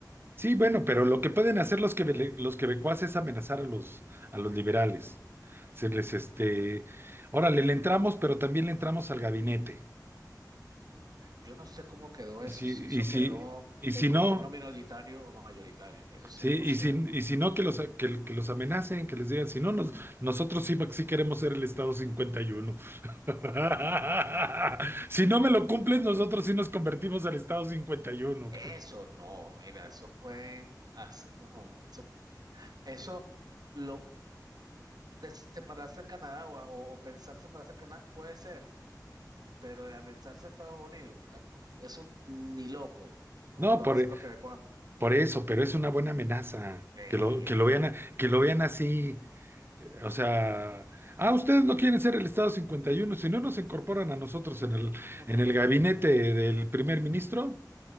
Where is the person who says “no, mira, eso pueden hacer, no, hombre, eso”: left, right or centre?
Right